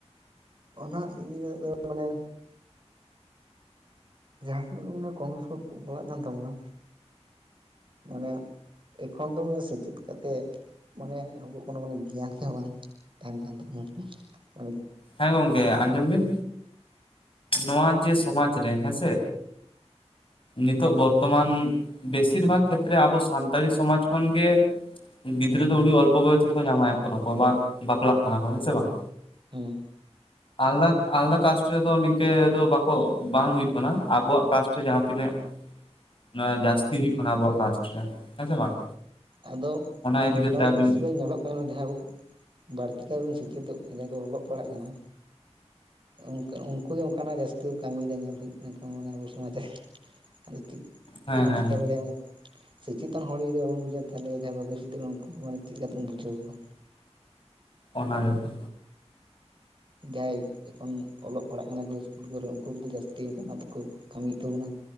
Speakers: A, on the right; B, on the left.
A: ᱚᱱᱟ ᱤᱫᱤ ᱠᱟᱛᱮ ᱫᱚ ᱢᱟᱱᱮ ᱡᱟᱸᱦᱟ ᱛᱤᱱᱟᱹᱜ ᱜᱮ ᱢᱟᱱᱮ ᱠᱚᱢ ᱩᱢᱮᱨ ᱨᱮ ᱠᱚ ᱵᱟᱯᱟᱞᱟᱜ ᱠᱟᱱ ᱛᱟᱵᱚᱱᱟ ᱢᱟᱱᱮ ᱮᱠᱷᱚᱱ ᱫᱚ ᱥᱮᱪᱮᱫ ᱠᱟᱛᱮᱫ ᱢᱟᱱᱮ ᱟᱵᱚᱣᱟᱜ ᱠᱳᱱᱳ ᱢᱟᱱᱮ ᱜᱮᱭᱟᱱ ᱜᱮ ᱵᱟᱝ ᱛᱟᱦᱮᱱ ᱠᱟᱱ ᱛᱟᱵᱚᱱᱟ ᱢᱟᱱᱮ
B: ᱦᱮᱸ ᱜᱚᱝᱠᱮ ᱟᱸᱡᱚᱢ ᱵᱤᱱ ᱱᱚᱣᱟ ᱡᱮ ᱥᱚᱢᱟᱡᱽ ᱨᱮ ᱦᱮᱸ ᱥᱮ ᱱᱤᱛᱳᱜ ᱵᱚᱨᱛᱚᱢᱟᱱ ᱵᱮᱥᱤᱨ ᱵᱷᱟᱜᱽ ᱠᱷᱮᱛᱨᱮ ᱟᱵᱚ ᱥᱟᱱᱛᱟᱲᱤ ᱥᱚᱢᱟᱡᱽ ᱠᱷᱚᱱᱜᱮ ᱜᱤᱫᱽᱨᱟᱹ
A: ᱦᱮᱸ
B: ᱫᱚ ᱟᱹᱰᱤ ᱚᱞᱯᱚ ᱵᱚᱭᱚᱥ ᱨᱮᱠᱚ ᱡᱟᱶᱟᱭᱚᱜ ᱠᱟᱱᱟ ᱠᱚ, ᱵᱟ ᱵᱟᱯᱞᱟᱜ ᱠᱟᱱᱟ ᱠᱚ ᱦᱮᱸ ᱥᱮ ᱵᱟᱝ
A: ᱦᱩᱸ
B: ᱟᱞᱫᱟ ᱟᱞᱟᱫᱟ ᱠᱟᱥᱴ ᱨᱮ ᱫᱚ ᱱᱤᱝ ᱱᱤᱱᱠᱟᱹ ᱫᱚ ᱵᱟᱠᱚ ᱵᱟᱝ ᱦᱩᱭᱩᱜ ᱠᱟᱱᱟ ᱟᱵᱚᱣᱟᱜ ᱠᱟᱥᱴ ᱨᱮ ᱡᱟᱸᱦᱟ ᱛᱤᱱᱟᱹᱜ ᱚᱱᱟ ᱡᱟᱥᱛᱤ ᱦᱩᱭᱩᱜ ᱠᱟᱱᱟ ᱟᱵᱚᱣᱟᱜ ᱠᱟᱥᱴ ᱨᱮ ᱦᱮᱸ ᱥᱮ ᱵᱟᱝ
A: ᱟᱫᱚ
B: ᱤᱫᱤ ᱠᱟᱛᱮ
A: ᱚᱱᱟ ᱫᱚ
B: ᱟᱹᱵᱤᱱ
A: ᱵᱮᱥᱤᱨ ᱵᱷᱟᱜᱽ ᱧᱮᱞᱚᱜ ᱠᱟᱱᱟ ᱡᱟᱸᱦᱟᱭ ᱵᱟᱹᱲᱛᱤ ᱠᱟᱭ ᱵᱚᱱ ᱥᱮᱪᱮᱫᱚᱜ ᱠᱟᱡᱟᱠᱮ ᱚᱞᱚᱜ ᱯᱟᱲᱦᱟᱜ ᱠᱟᱱᱟ ᱚᱠᱟ <unintelligible> ᱩᱱᱩᱠᱩ ᱫᱚ ᱚᱝᱠᱟᱱᱟᱜ ᱡᱟᱹᱥᱛᱤ ᱠᱚ ᱠᱟᱹᱢᱤᱭᱮᱫᱟ ᱧᱮᱞ ᱦᱩᱭᱩᱜ ᱠᱟᱱᱟ ᱚᱝᱠᱟ ᱟᱵᱚ ᱥᱚᱢᱟᱡᱽ ᱨᱮ <unintelligible>
B: ᱦᱮᱸ ᱦᱮᱸ
A: ᱥᱚᱪᱮᱛᱚᱱ ᱦᱚᱲ ᱡᱚᱫᱤ ᱵᱟᱵᱚᱱ ᱵᱩᱡᱟ ᱛᱟᱞᱦᱮ ᱡᱟᱸᱦᱟᱭ ᱵᱟᱠᱚ ᱥᱩᱫᱷᱨᱟᱹᱜ ᱠᱟᱱᱟ ᱩᱱᱠᱩ ᱢᱟᱱᱮ ᱪᱮᱫ ᱞᱮᱠᱟ ᱠᱟᱛᱮᱢ ᱵᱩᱡᱷᱟᱹᱣ ᱠᱚᱣᱟ
B: ᱚᱱᱟ ᱜᱮ ᱛᱚ
A: ᱡᱟᱸᱦᱟᱭ ᱮᱠᱷᱚᱱ ᱚᱞᱚᱜ ᱯᱟᱲᱦᱟᱜ ᱠᱟᱱᱟ ᱠᱚ ᱤᱥᱠᱩᱞ ᱠᱚᱨᱮ ᱩᱝᱠᱩ ᱠᱚᱫᱚ ᱡᱟᱹᱥᱛᱤ ᱚᱱᱠᱟᱱᱟᱜ ᱫᱚᱠᱚ ᱠᱟᱹᱢᱤᱭᱮᱫ ᱛᱟᱵᱚᱱᱟ